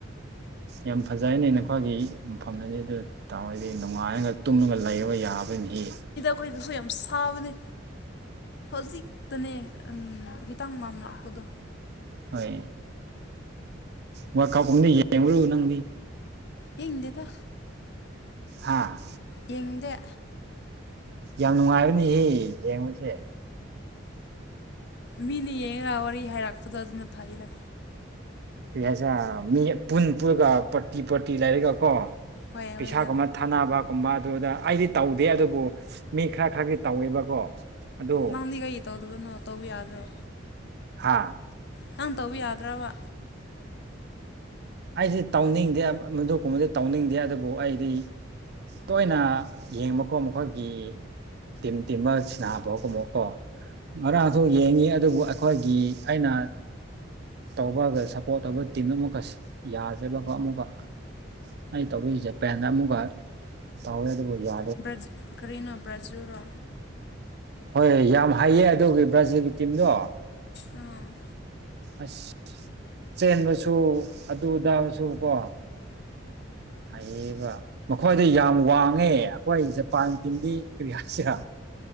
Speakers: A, on the right; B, on the left.
A: ꯌꯥꯝ ꯐꯖꯩꯅꯦ ꯅꯈ‌ꯣꯏꯒꯤ ꯃꯐꯝꯗꯗꯤ ꯑꯗꯨ ꯇꯥꯍ‌ꯣꯏꯗꯤ ꯅꯨꯡꯉꯥꯏꯔꯒ ꯇꯨꯝꯃꯒ ꯂꯩꯕ ꯌꯥꯕꯅꯤꯍ‌ꯦ
B: ꯑꯩꯈꯣꯏꯗꯨꯁꯨ ꯌꯥꯝ ꯁꯥꯕꯅꯦ ꯍꯧꯖꯤꯛꯇꯅꯦ ꯎꯝ ꯈꯤꯇꯡ ꯃꯝꯂꯛꯄꯗꯣ
A: ꯍꯣꯏ ꯋꯥꯜ ꯀꯥꯎꯒꯨꯝꯕꯗꯤ ꯌꯦꯡꯕ꯭ꯔ‌ꯣ ꯅꯪꯗꯤ
B: ꯌꯦꯡꯗꯦꯗ
A: ꯍꯥꯥ
B: ꯌꯦꯡꯗꯦ
A: ꯌꯥꯝ ꯅꯨꯡꯉꯥꯏꯕꯅꯤꯍꯦ ꯌꯦꯡꯉꯨꯖ‌ꯦ
B: ꯃꯤꯅ ꯌꯦꯡꯉꯒ ꯋꯥꯔꯤ ꯍꯥꯏꯔꯛꯄꯗꯣ ꯑꯗꯨꯅ ꯐꯩꯗꯥ
A: ꯍꯥꯏꯁꯦꯔꯥ ꯃꯤ ꯄꯨꯟ ꯄꯨꯔꯒ ꯄꯔꯇꯤ ꯄꯔꯇꯤ ꯂꯩꯔꯒꯀꯣ
B: ꯍꯣꯏ
A: ꯄꯩꯁꯥꯒꯨꯝꯕꯥ
B: ꯍꯣꯏꯗ
A: ꯊꯥꯅꯕꯒꯨꯝꯕ ꯑꯗꯨꯗ ꯑꯩꯗꯤ ꯇꯧꯗꯦ ꯑꯗꯨꯕꯨ ꯃꯤ ꯈꯔ ꯈꯔꯗꯤ ꯇꯧꯋꯦꯕꯀꯣ ꯑꯗꯨ
B: ꯅꯪꯗꯤ ꯀꯩ ꯇꯧꯗꯕꯅꯣ ꯇꯧꯕ ꯌꯥꯗ꯭ꯔꯣ
A: ꯍꯥꯥ
B: ꯅꯪ ꯇꯧꯕ ꯌꯥꯗ꯭ꯔꯕ
A: ꯑꯩꯗꯤ ꯇꯥꯎꯅꯤꯡꯗꯦ ꯃꯗꯨ ꯀꯨꯝꯕꯗꯤ ꯇꯧꯅꯤꯡꯗꯦ ꯑꯗꯨꯕꯨ ꯑꯩꯗꯤ ꯇꯣꯏꯅ ꯌꯦꯡꯕꯀꯣ ꯃꯈꯣꯏꯒꯤ ꯇꯤꯝ ꯇꯤꯃ ꯁꯤꯅꯥꯕꯒꯨꯝꯃꯛꯀꯣ ꯉꯥꯡꯊ ꯌꯦꯡꯉꯤ ꯑꯗꯨꯕꯨ ꯑꯩꯈꯣꯏꯒꯤ ꯑꯩꯅ ꯇꯧꯕꯒ ꯁꯞꯄꯣꯔꯠ ꯇꯧꯕ ꯇꯤꯝ ꯑꯃꯨꯛꯀ ꯌꯥꯖꯕꯀꯣ ꯑꯃꯨꯛꯀ ꯑꯩ ꯇꯧꯕꯁꯤ ꯖꯄꯦꯟꯗ ꯑꯃꯨꯛꯀ ꯇꯧꯋꯦ ꯑꯗꯨꯕꯨ ꯌꯥ
B: ꯕ꯭ꯔ ꯀꯔꯤꯅꯣ ꯕ꯭ꯔꯥꯖꯤꯜꯔꯣ
A: ꯍꯣꯏ ꯌꯥꯝ ꯍꯩꯌꯦ ꯑꯗꯨꯒꯤ ꯕ꯭ꯔꯥꯖꯤꯜꯒꯤ ꯇꯤꯝꯗꯣ
B: ꯑꯝ
A: ꯑꯁ ꯆꯦꯟꯕꯁꯨ ꯑꯗꯨ ꯑꯗꯥꯕꯁꯨ ꯀꯣ ꯍꯩꯌꯦꯕꯥ ꯃꯈꯣꯏꯗ ꯌꯥꯝ ꯋꯥꯡꯉꯦ ꯑꯩꯈꯣꯏ ꯖꯄꯥꯟ ꯇꯤꯝꯒꯤ ꯀꯔꯤ ꯍꯥꯏꯁꯤꯔꯥ